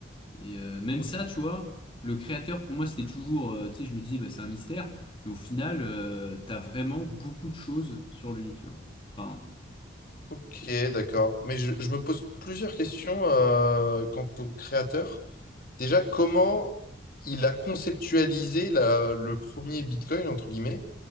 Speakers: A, on the left (about 30°); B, on the left (about 50°).
A: Et euh, même
B: ok,
A: ça, tu vois, le créateur, pour moi, c'était toujours, euh, tu sais, je me disais, bah, c'est un mystère, mais au final, euh, t'as vraiment beaucoup de choses sur lui, tu vois. Enfin,
B: ok, d'accord. Mais je, je me pose plusieurs questions euh, quant au créateur. Déjà, comment il a conceptualisé la- le premier Bitcoin, entre guillemets,